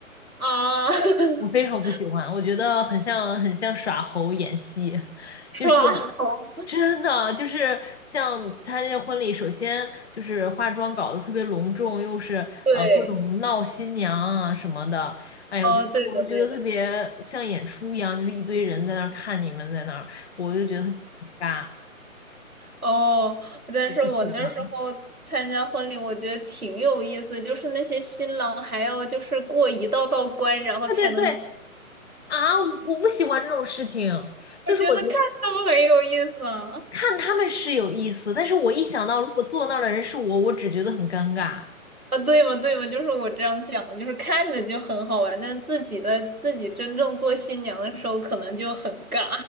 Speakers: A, on the right; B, on the left.
A: 啊，<laughs>
B: 我非常不喜欢，我觉得很像很像耍猴演戏，
A: 是吧？
B: 就是
A: <laughs>
B: 真的就是像他那个婚礼，首先就是化妆搞得特别隆重，又是呃各种闹新娘啊什么的，
A: 对，
B: 哎呦，
A: 哦，
B: 就是我就觉得特别像演出一样，
A: 对的，对的。
B: 就是一堆人在那儿看你们在那儿，我就觉得很尬，
A: 哦，但是我那时候参加婚礼，
B: 我不喜欢。
A: 我觉得挺有意思，就是那些新郎还要就是过一道道关，然后才能进，
B: 对对对啊，我我不喜欢这种事情，
A: 我觉得看他们很有意思啊。
B: 就是我觉得。看他们是有意思，但是我一想到如果坐那儿的人是我，我只觉得很尴尬，
A: 啊，对嘛对嘛，就是我这样想的，就是看着就很好玩，但是自己的自己真正做新娘的时候，可能就很尬